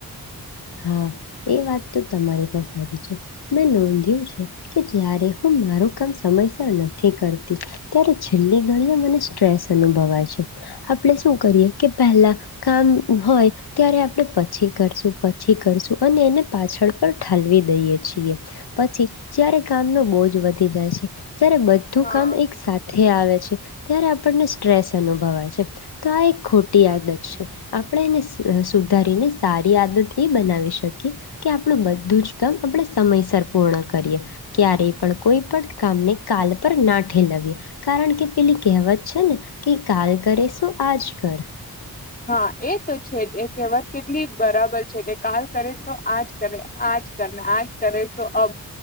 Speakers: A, on the left (about 75°); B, on the left (about 20°).
A: હા એ વાત તો તમારી પણ સારી છે મેં નોંધ્યું છે કે જય્યારે હું મારું કામ સમયસર નથી કરતી ત્યારે છેલ્લી ઘડીએ મને સ્ટ્રેસ અનુભવાય છે આપણે શું કરીએ કે પહેલા કામ હોય ત્યારે આપણે પછી કરશું પછી કરશું અને એને પાછળ પર ઠાલવી દઈએ છીએ પછી જારે કામનો બોજ વધી જાય છે જ્યારે બધું
B: હા
A: કામ એક સાથે આવે ત્યારે આપણને સ્ટ્રેસ અનુભવાય છે તો આ એક ખોટી આદત છે આપણે એને સુધારીને સારી આદત એ બનાવી શકીએ કે આપણું બધું જ કામ આપણે સમયસર પૂર્ણ કરીએ ક્યારેય પણ કોઈ પણ કામને કાલ પર ના ઠેલાવીએ કારણ કે પેલી કહેવત છે ને કે કાલ કરે શું આજ કર
B: હા એ તો છે જ એ કહેવત કેટલી બરાબર છે કે કાલ કરેશો આજ કરે આજ કરને આજ કરેશો અ